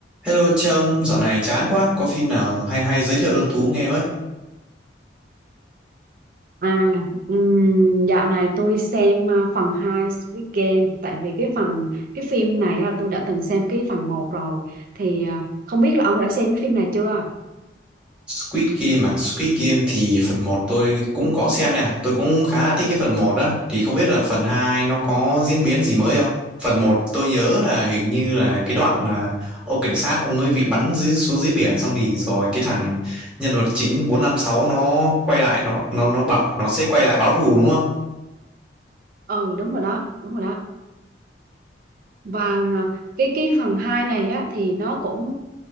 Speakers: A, in the centre; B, on the right.
A: Hello Trâm, dạo này chán quá, có phim nào hay hay giới thiệu cho Tú nghe với.
B: À, ừm, dạo này tôi xem à, phần 2 Squid Game tại vì cái phần cái phim này là tôi đã từng xem cái phần một rồi thì à, không biết là ông đã xem cái phim này chưa?
A: Squid Game à, Squid Game thì phần một tôi cũng có xem nha, tôi cũng khá là thích cái phần một đó, thì không biết là phần 2 nó có diễn biến gì mới không? Phần một tôi nhớ là hình như là cái đoạn là ông cảnh sát ông ấy bị bắn dưới xuống dưới biển xong thì rồi cái thằng nhân vật chính 456 nó quay lại nó nó nó bảo nó sẽ quay lại báo thù đúng không?
B: Ừ đúng rồi đó, đúng rồi đó. Và à, cái cái phần 2 này á thì nó cũng